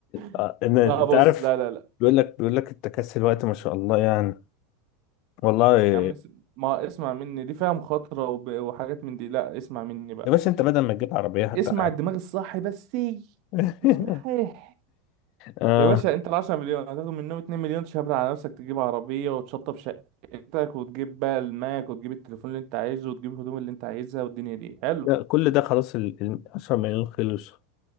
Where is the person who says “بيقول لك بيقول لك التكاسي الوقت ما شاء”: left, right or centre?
Left